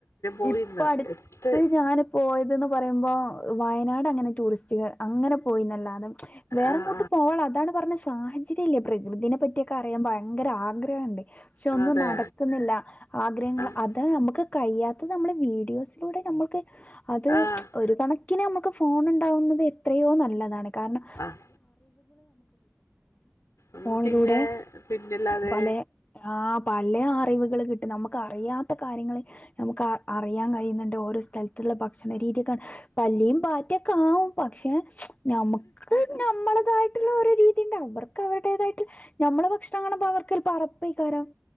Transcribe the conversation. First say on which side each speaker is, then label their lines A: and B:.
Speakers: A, on the left (about 75°); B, on the left (about 30°).
A: പോയിരുന്നോ
B: ഇപ്പൊ അടുത്ത്
A: എടുത്ത്
B: ഞാൻ പോയത് ന്ന് പറയുമ്പോ വയനാട് അങ്ങനെ ടൂറിസ്റ്റുകൾ അങ്ങനെ പോയിന്നല്ലാതും വേറെങ്ങോട്ട്
A: ആഹ്
B: പോവാ അതാണ് പറഞ്ഞ സാഹചര്യം ഇല്ലേ പ്രകൃതിനെ പറ്റിയൊക്കെ പക്ഷെ
A: ആഹ്
B: ഒന്നും
A: അതെ
B: നടക്കുന്നില്ല ആഗ്രഹങ്ങൾ
A: ആഹ്
B: അത് അത് നമ്മള് വീഡിയോസിലൂടെ നമ്മൾക്ക് അത്
A: ആഹ്
B: ഒരു കണക്കിന് നമുക്ക് ഫോൺ ഉണ്ടാവുന്നത് യോ നല്ലതാണ് കാരണം
A: ആഹ് ഉം
B: ഫോണിലൂടെ
A: പിന്നെ പിന്നല്ലാതെ
B: പല പല അറിവുകൾ കിട്ടും നമുക്ക് അറിയാത്ത കാര്യങ്ങൾ നമുക്ക് അ അറിയാൻ കഴിയുന്നുണ്ട് ഓരോ സ്ഥലത്തുള്ള ഭക്ഷണ രീതി തന്നെ പല്ലിയും പാറ്റൊക്കെ ആവും പക്ഷെ നമക്ക് നമ്മളതായിട്ടുള്ള ഒരു രീതിണ്ട് അവർക്ക് അവരുടേതായിട്ട് നമ്മള ഭക്ഷണങ്ങളും അവർക്കു ചെല്പപൊ അറപ്പേരാം